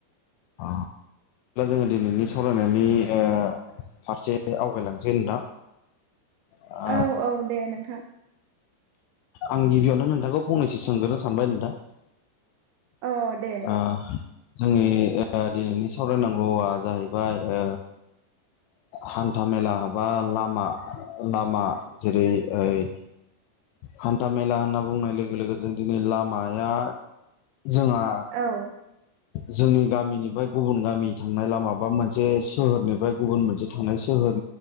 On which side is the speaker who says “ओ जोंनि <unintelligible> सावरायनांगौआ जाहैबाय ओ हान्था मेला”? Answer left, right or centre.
Left